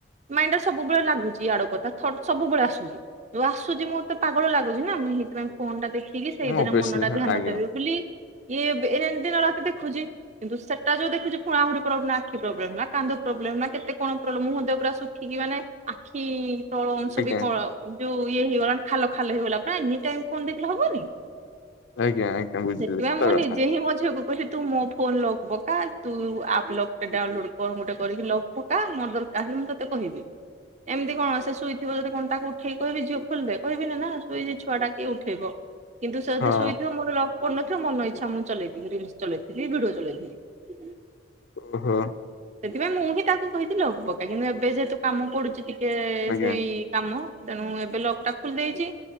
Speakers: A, on the right; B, on the left.
A: ମାଇଣ୍ଡ ଟା ସବୁବେଳେ ଲାଗୁଛି ଆଡ କଥାଟ ସବୁବେଳେ ଆସୁଛିଉ ଆସୁଛି ମତେ ପାଗଳ ଲାଗୁଛି ନା? ସେଇଥିପାଇଁ ଫୋନ ଟା ଦେଖିକି ସେଇଦରେ
B: ମୁଁ ଓବିଅସଲି
A: ମନଟା
B: ହଁ
A: ଧ୍ୟାନ
B: ଆଜ୍ଞା।
A: ଦେବେି ବୋଲି ଇଏ ଏନ ଦିନ ରାତି ଦେଖୁଛି କିନ୍ତୁ ସେଟା ଯୋଉ ଦେଖୁଛି ପୁଣି ଆହୁରି ପଳଉ ନା ଆଖି ପ୍ରୋବ୍ଲେ ନା କା ପ୍ରୋବ୍ଲେମ ନା କେତେ କଣ ପ୍ରୋବ୍ଲେମ ମୁଁ ମଧ୍ୟ ପୁରା ଶୁଖିକି ମାନେ ଆଖି ତଳ ଅଂଶ
B: ଆଜ୍ଞା
A: ବି କଣ ଯୋଉ ଇଏ ହେଇଗଲାଣି ଖାଲ ଖାଲ ହେଇଗଲା ଏନି ଟାଇମ୍ ଫୋନ ଦେଖିଲେ ହବନି?
B: ଆଜ୍ଞା ଆଜ୍ଞା? ବୁଝିଲି
A: ସେଥିପାଇଁ
B: ସତ
A: ମୁଁ
B: କଥା
A: ନିଜେ ହିଁ ମୋ ଝିଅ କୁ କହିଲି ତୁ ମୋ ଫୋନ ଲଗ ପକା, ତୁ ଆପ୍ ଲଗ ଟା ଡାଉନଲୋଡ କଣ ଗୋଟେ କରିକି ଲଗ ପକା ମୋରର ତାହେଲେ ମୁଁ ତତେ କହିବି। ଏମିତି କଣ ସେ ଶୋଇଥିବ ଯଦି -କଣ ତାକୁ ଉଠେଇ କହିବି ଝିଅ ଖୋଲିଦେ, କହିବିିନି ନା ଶୋଇଛି ଛୁଆ ଟା କିଏ ଉଠେଇବ। କିନ୍ତୁ ସେ ଯଦି
B: ହଁ
A: ଶୋଇଥିବ ମୋର ପଡିନଥିବା ମନ ଇଚ୍ଛା ମୁଁ ଚଳେଇଥିବି ରିଲସ, ଚଳେଇଥିବି ଭିଡିଓ ଚଳେଇଥିବି।
B: ଓହୋ?
A: ସେଥିପାଇଁ ମୁଁ ହିଁ ତାକୁ କହିଥିଲି ଲକ ପକ୍କା କିନ୍ତୁ ଏବେ ଯେହେତୁ କାମ ପଡୁଛି ଟିକେ
B: ଆଜ୍ଞା
A: ସେଇ କାମ ତେଣୁ ଏବେ ଲଗ ଟା ଖୋଲି ଦେଇଛି